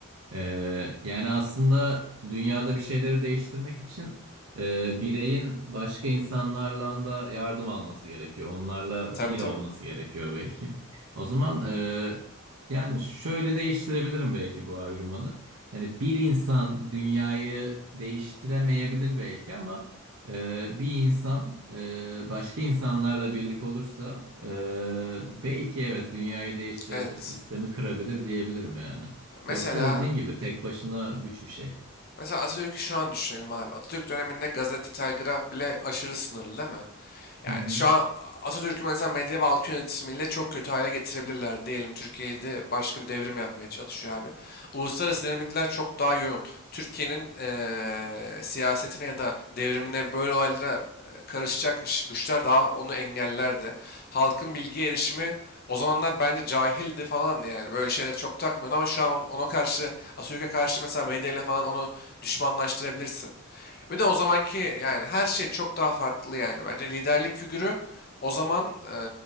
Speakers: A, on the right; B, on the left.
A: Ee, yani aslında dünyada bir şeyleri değiştirmek için e, bireyin başka insanlarla da yardım alması gerekiyor. Onlarla
B: tabii,
A: bir
B: tabii.
A: olması gerekiyor belki. O zaman eee, yani şöyle değiştirebilirim belki bu argümanı. Hani bir insan dünyayı değiştiremeyebilir belki ama eee, bir insan eee, başka insanlarla birlik olursa eee, belki evet dünyayı değiştirebilir,
B: Evet.
A: sistemi kırabilir diyebilirim yani.
B: Mesela
A: Yoksa dediğin gibi tek başına güç bir şey.
B: Mesela Atatürk'ü şu an düşünelim abi. Atatürk döneminde gazete, telgraf bile aşırı sınırlı değil mi? Yani
A: Hı hı,
B: şu an Atatürk'ü mesela medya ve halk yönetimiyle çok kötü hale getirebilirler. Diyelim Türkiye'de başka bir devrim yapmaya çalışıyor abi. Uluslararası dinamikler çok daha yoğun. Türkiye'nin eee, siyasetine ya da devrimine böyle olaylara eee, karışacak ş- güçler daha onu engellerdi. Halkın bilgiye erişimi o zamanlar bence cahildi falan yani böyle şeyleri çok takmıyordu ama şu an on- ona karşı Atatürk'e karşı mesela medyayla falan onu düşmanlaştırabilirsin. Bir de o zamanki yani her şey çok daha farklı yani bence liderlik figürü o zaman eee,